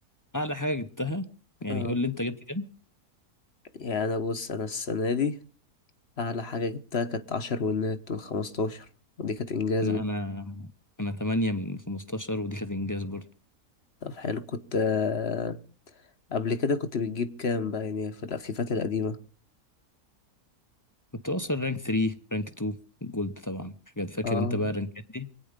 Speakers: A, on the left; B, on the left.
A: أعلى حاجة جبتها يعني
B: آه
A: قول لي أنت جبت كام؟
B: يعني انا بص انا السنة دي اعلى حاجة جبتها كانت عشر ونات من خمستاشر ودي كانت انجاز
A: لا
B: بد...
A: أنا أنا 8 من 15 ودي كانت إنجاز برضه
B: طب حلو كنت آه قبل كده كنت بتجيب كام بقى يعني في الافيفات القديمة
A: كنت أوصل رانك 3 رانك 2 جولد طبعا حاجات فاكر
B: اه
A: أنت بقى الرانكات دي